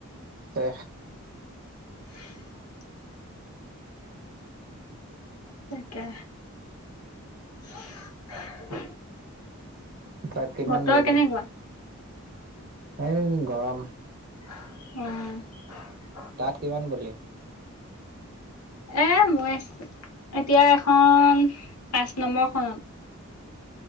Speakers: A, on the right; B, on the left.
A: আছে।
B: <inaudible> তাকে। <unintelligible>
A: তাক কিমান
B: বতৰ
A: বলি।
B: কেনেকুৱা
A: <unintelligible> এ গৰম।
B: উম
A: তাত কিমান বুলি
B: এ মই এতিয়া এখন পাঁচ নম্বৰখনত